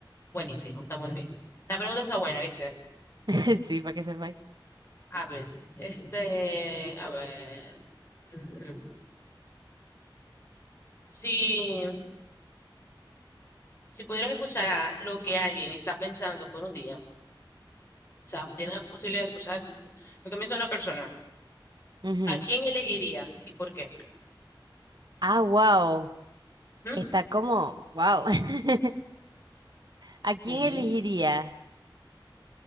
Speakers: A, on the left (about 30°); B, on the right (about 55°).
A: Buenísimo, está muy bien. La pregunta está buena, ¿viste?
B: <laughs> Sí, para que sepáis.
A: A ver, este, a ver. ujú. Sí. Si pudieras escuchar a lo que alguien está pensando por un día, o sea, tienes la posibilidad de escuchar lo que piensa una persona,
B: Ujú.
A: ¿a quién elegirías y por qué?
B: Ah, wow.
A: ¿Mm?
B: Está como, wow. <laughs> ¿A quién
A: Sí,
B: elegiría?